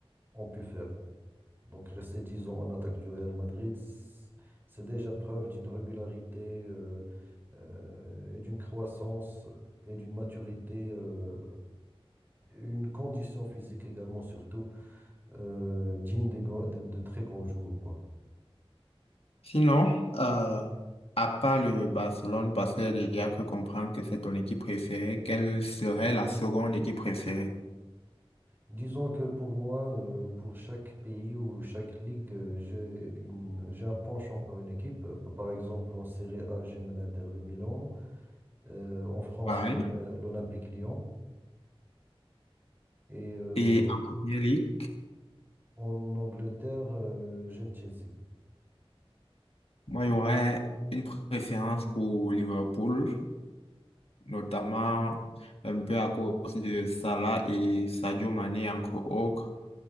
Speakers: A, on the right (about 20°); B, on the left (about 75°).
A: ont pu faire. Donc rester 10 ans en attaque du Real Madrid, c- c'est déjà preuve d'une régularité euh, euh, et d'une croissance et d'une maturité, euh, et une condition physique également surtout euh, digne des grands- de, de très grands jours, quoi.
B: Sinon, euh, à part le Barcelone, parce qu'il y a que comprendre que c'est ton équipe préférée, quelle serait la seconde équipe préférée?
A: Disons que pour moi, euh, pour chaque pays ou chaque ligue, euh, j'ai une, j'ai un penchant pour une équipe. Euh, Par exemple, en Serie A, j'aime l'Inter de Milan. Euh, en France,
B: Pareil.
A: j'aime euh, l'Olympique Lyon. Et euh,
B: Et en Premier League,
A: en Angleterre, euh, j'aime Chelsea.
B: moi, il y aurait une préférence pour Liverpool, notamment un peu à cause de Salah et Sadio Mané, entre autres.